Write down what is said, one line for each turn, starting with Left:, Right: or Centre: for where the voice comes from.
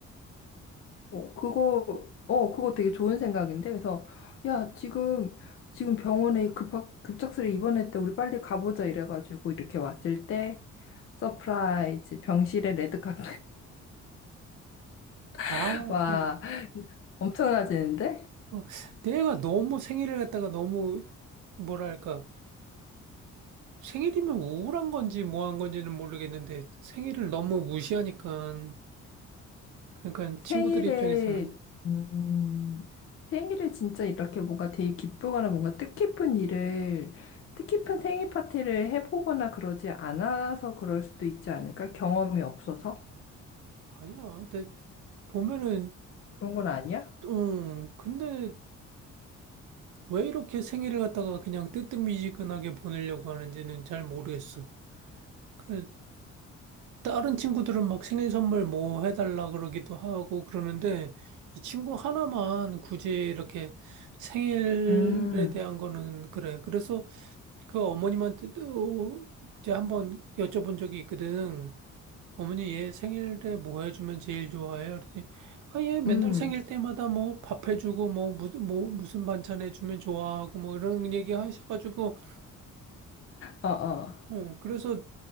Left: 어, 그거, 어, 그거 되게 좋은 생각인데. 그래서, 야, 지금, 지금 병원에 급하, 급작스레 입원했대. 우리 빨리 가보자. 이래가지고 이렇게 왔을 때, 서프라이즈, 병실에 레드카펫.
Right: 아,
Left: <laughs> 와,
Right: 근데
Left: 엄청나지는데?
Right: 어, 내가 너무 생일을 갖다가 너무 뭐랄까 생일이면 우울한 건지 뭐한 건지는 모르겠는데 생일을 너무 무시하니까 그러니까
Left: 생일에,
Right: 친구들 입장에서는
Left: 음, 생일을 진짜 이렇게 뭔가 되게 기쁘거나 뭔가 뜻깊은 일을, 뜻깊은 생일 파티를 해보거나 그러지 않아서 그럴 수도 있지 않을까? 경험이 없어서?
Right: 아니야. 근데 보면은
Left: 그런 건 아니야?
Right: 응 근데 왜 이렇게 생일을 갖다가 그냥 뜨뜻미지근하게 보내려고 하는지는 잘 모르겠어. 그 다른 친구들은 막 생일 선물 뭐 해달라 그러기도 하고 그러는데 이 친구 하나만 굳이 이렇게 생일에
Left: 음,
Right: 대한 거는 그래. 그래서 그 어머님한테도 이제 한번 여쭤본 적이 있거든. 어머니 얘 생일에 뭐 해주면 제일 좋아해요? 그랬더니 아, 얘 맨날
Left: 음,
Right: 생일 때마다 뭐 밥 해주고 뭐, 무, 뭐 무슨 반찬 해주면 좋아하고 뭐 이런 얘기 하셔가지고
Left: 어, 어.
Right: 어, 그래서